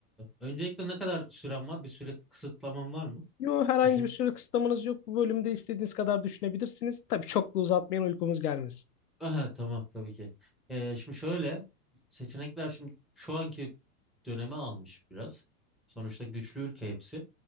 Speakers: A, in the centre; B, on the left.
A: öncelikle ne kadar süren var? Bir süre kısıtlaman var mı?
B: Yo, herhangi
A: Düşün.
B: bir süre kısıtlamanız yok. Bu bölümde istediğiniz kadar düşünebilirsiniz. Tabii çok da uzatmayın uykumuz gelmesin.
A: Aha tamam tabii ki. Ee, şimdi şöyle seçenekler şimdi şu anki dönemi almış biraz. Sonuçta güçlü ülke hepsi.